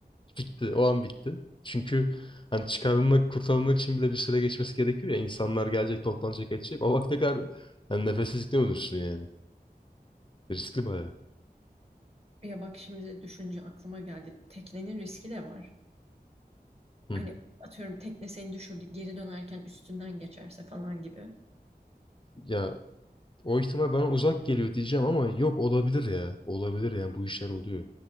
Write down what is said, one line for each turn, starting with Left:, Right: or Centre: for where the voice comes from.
Left: Bitti. O an bitti. Çünkü hani çıkarılmak, kurtarılmak için bile bir süre geçmesi gerekiyor ya. İnsanlar gelecek, toplanacak, edecek. O vakte kadar yani nefessizlikle ölürsün yani. Riskli bayağı.
Right: Ya bak şimdi düşünce aklıma geldi. Teknenin riski de var.
Left: Hı
Right: Hani
Left: hı.
Right: atıyorum tekne seni düşürdü geri dönerken üstünden geçerse falan gibi.
Left: Ya o ihtimal bana uzak geliyor diyeceğim ama yok olabilir ya. Olabilir yani bu işler oluyor.